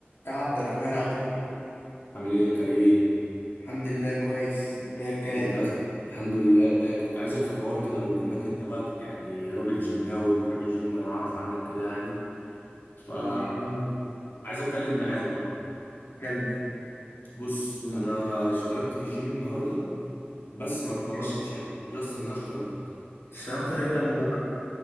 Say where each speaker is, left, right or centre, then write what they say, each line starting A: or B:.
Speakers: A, on the left; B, on the left.
A: يا عبد الرحمن عامل ايه؟
B: عامل ايه يا كريم
A: الحمد لله كويس انت ايه الكلام
B: كنت عايز الحمد لله كنت عايزك في حوار كده بما انك انت بقى يعني راجل جيماوي بتروح الجيم انا اعرف عنك كده يعني فعايز
A: قول لي يا عم
B: اتكلم معاك بقى
A: اتكلم
B: بص
A: قول
B: انا اشتركت في الجيم النهارده بس ما اتمرنتش
A: ماشي
B: يعني جاست ان انا اشتركت
A: الشراكة هنبدأ من بكرة